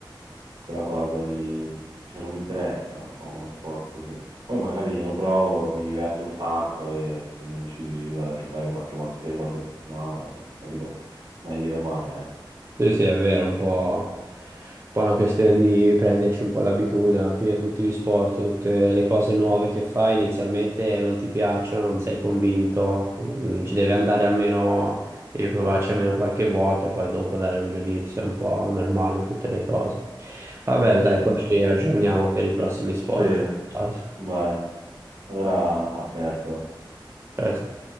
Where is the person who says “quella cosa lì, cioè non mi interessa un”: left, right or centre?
Right